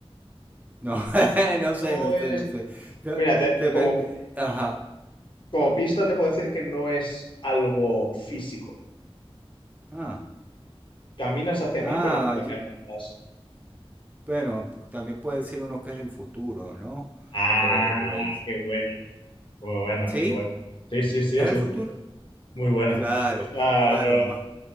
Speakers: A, on the right; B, on the left.
A: No, <laughs> no
B: No
A: sé, no sé,
B: es.
A: no sé. No,
B: Mírate,
A: te
B: como
A: ve- ve- ajá.
B: Como pista te puedo decir que no es algo físico.
A: Ah,
B: Caminas hacia
A: ah,
B: mí, pero nunca
A: yo-
B: me alcanzas.
A: bueno, pu- también puede decir uno que es el futuro, ¿no?
B: Ah,
A: O, e- o el...
B: qué buena. Muy buena,
A: ¿Sí?
B: muy buena. Sí, sí, sí,
A: ¿Es
B: es
A: el
B: el
A: futuro?
B: futuro. Muy buena.
A: Claro,
B: Esta
A: claro,
B: no,
A: más.